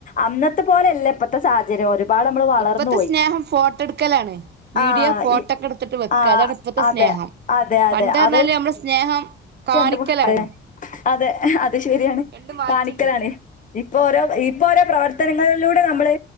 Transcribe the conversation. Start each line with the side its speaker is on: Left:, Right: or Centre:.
Left: അന്നത്തെ പോലല്ല ഇപ്പോഴത്തെ സാഹചര്യം. ഒരുപാട് നമ്മള് വളർന്നു
Right: ഇപ്പത്തെ
Left: പോയി
Right: സ്നേഹം ഫോട്ടോയെടുക്കലാണ് വീഡിയോ
Left: ആഹ്
Right: ഫോട്ടോക്കെ
Left: ഇ
Right: എടുത്തിട്ട് വെക്കലാണ്
Left: ആഹ്
Right: ഇപ്പത്തെ
Left: അതെ
Right: സ്നേഹം
Left: അതെ അതെ
Right: പണ്ട് പറഞ്ഞാല്
Left: അതൊരു
Right: നമ്മളെ സ്നേഹം കാണിക്കലാണ്
Left: രണ്ട് അതെ അതെ അത് ശരിയാണ്
Right: രണ്ട് മാറ്റണ്ട്
Left: കാണിക്കലാണ് ഇപ്പൊ ഓരോ ഇപ്പോ ഓരോ പ്രവർത്തനങ്ങളിലൂടെ നമ്മള്